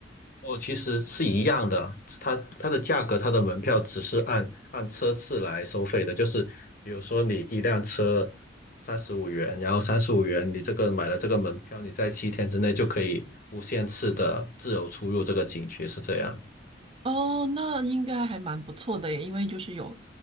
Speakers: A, on the left; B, on the right.
A: 哦，其实是一样的，它它的价格，它的门票只是按按车次来收费的，就是比如说你一辆车三十五元，然后三十五元你这个买了这个门票，你在七天之内就可以无限次的自由出入这个景区，是这样。
B: 哦，那应该还蛮不错的耶，因为就是有